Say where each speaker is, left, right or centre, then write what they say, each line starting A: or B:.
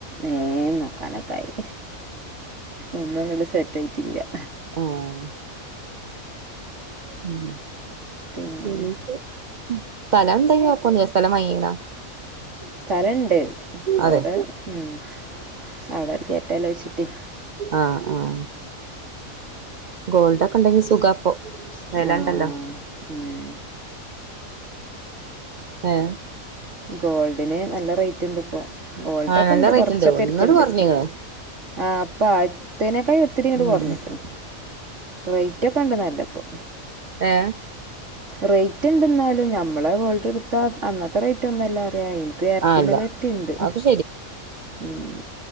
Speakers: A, on the right; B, on the right.
A: ഏ നോക്കാനൊക്കായി ഒന്നും അങ്ങട് സെറ്റ് റ്റായിറ്റില്ലാ
B: ആഹ് ഉം
A: പിന്നെ
B: പിന്നെപ്പോ ഉം സ്ഥലം ണ്ടെങ്കി കൊയ്പ്പൊന്നുല്ല്യാ സ്ഥലം വാങ്ങീക്ക്ണാ
A: സ്ഥലണ്ട് പ്പൊ
B: അതെ
A: അവിടെ ഉം അവിടെ കേ ട്ട്യാലോ വെച്ചിട്ടേ
B: ആഹ് ആഹ് ഗോൾഡൊക്കെണ്ടെങ്കി സുഖാ പൊ സ്ഥലണ്ടല്ലോ
A: ആഹ് ആഹ് ഉം
B: ഏഹ്
A: ഗോൾഡിന് നല്ല റേറ്റ് ഇണ്ട് ഇപ്പോ ഗോൾഡൊക്കെ
B: ആഹ് നല്ല
A: ഇണ്ട്
B: റേറ്റ്
A: കൊറച്ചൊക്കെ
B: ഉണ്ട് ഒന്നട്
A: ഇരിക്ക്ണ്ട്
B: കൊറഞ്ഞിക്ക്ണ്
A: ആഹ് പ്പൊ ആദ്യത്തിനേക്കാൾ ഇത്തിരി
B: ഉം
A: കൊറഞ്ഞ്ക്ക്ണ് റേറ്റ് ഒക്കെണ്ട് നല്ല ഇപ്പൊ
B: ഏഹ്
A: റേറ്റ് ഇണ്ട്ന്നാലും ഞമ്മളെ ഗോൾഡ് എടുത്താ അന്നത്തെ റേറ്റ് ഒന്നല്ല അറിയാ. ഇരട്ടിമലരട്ടിണ്ട്
B: ആഹ് അല്ല അതൊക്കെ
A: ഉം.